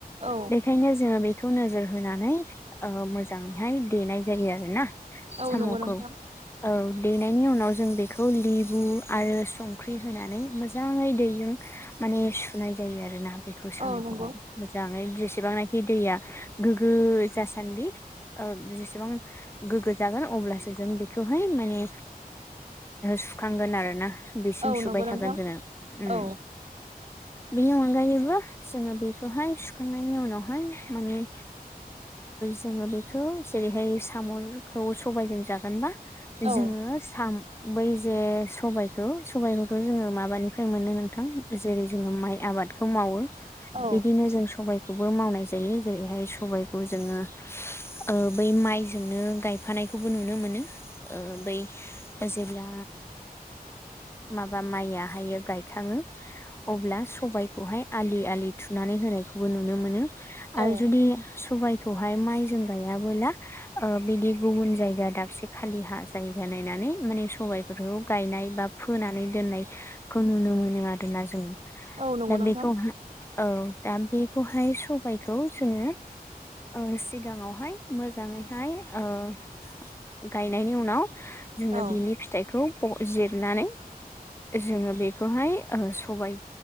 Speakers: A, on the right; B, on the left.
A: औ
B: बेखायनो जोङो बेखौ नोजोर होनानै ओ मोजाङैहाय देनाय जा जायो आरोना
A: औ
B: साम'खौ।
A: नंगौ नोंथां
B: औ देनायनि उनाव जों बेखौ लेबु आरो संख्रि होनानै मोजां मोजाङै दैजों माने सुनाय जायो आरोना बेखौ साम'खौ।
A: औ नंगौ
B: मोजाङै जेसेबांनाखि दैया गोग्गो जासान्दि। औ जेसेबां गोग्गो जागोन अब्लासो जों बेखौहाय माने सुखांगोन आरो ना। बेसिम
A: औ
B: सुबाय
A: नंगौ
B: थागोन
A: नोंथां
B: जोङो उम
A: औ
B: बेनि अनगायैबो जोङो बेखौहाय सुखांनायनि उनावहाय माने जोङो बेखौ जेरैहाय साम'खौ सबायजों जागोनबा
A: औ
B: जोङो साम बै जे सबायाइखौ सबायखौथ' जोङो माबानि मोनो नोंथां जेरै जोङो माइ आबादखौ मावो
A: औ
B: बिदिनो जों सबाय बे खौबो मावनाय जायो जेरैहाय सबायखौ जोङो ओ बै माइजोंनो गायफानायखौबो नुनो मोनो। ओ बै जेब्ला माबा माइआ हायो गायखाङो अब्ला सबायखौहाय आलि आलि थुनानै होनायखौबो नुनो मोनो।
A: औ
B: आरो जुदि सबायखौहाय माइजों गायाबोला ओ बिदि गुबुन जायगा दाबसे खालि हा जायगा नायनानै माने सबायफोरखौ गायनाय बा फोनानै दोननायखौ नुनो मोनो आरोना जोङो
A: औ नंगौ
B: दा
A: नोंथां
B: बेखौ औ दा बेखौहाय सबायखौ जोङो औ सिगाङावहाय मोजाङैहाय ओ गायनायनि उनाव जोङो
A: औ
B: बिनि फिथाइखौ जिरनानै जोङो बेखौहाय सबाय